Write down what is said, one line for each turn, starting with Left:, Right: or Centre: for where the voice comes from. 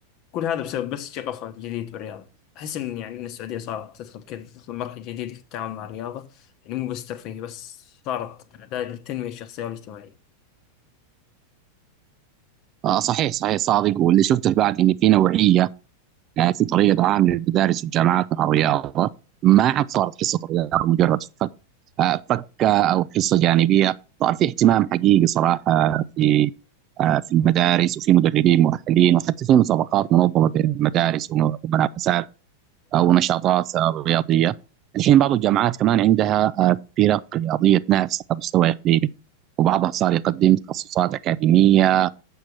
Left: كل هذا بسبب بس شغفه الجديد بالرياضة أحس إن يعني إن السعودية صارت تدخل كذا تدخل مرحلة جديدة في التعامل مع الرياضة يعني مو بس ترفيه بس صارت أداة للتنمية الشخصية والاجتماعية.
Right: آه، صحيح صحيح صادق واللي شفته بعد إن في نوعية يعني في طريقه عام للمدارس والجامعات مع الرياضه ما عاد صارت حصه رياضه مجرد فك آه، فكه او حصه جانبيه صار في اهتمام حقيقي صراحه في آه، في المدارس وفي مدربين مؤهلين وحتى في مسابقات منظمه بين المدارس وم- ومنافسات او نشاطات آه، رياضيه. الحين بعض الجامعات كمان عندها آه، فرق رياضيه تنافس على مستوى اقليمي وبعضها صار يقدم تخصصات اكاديميه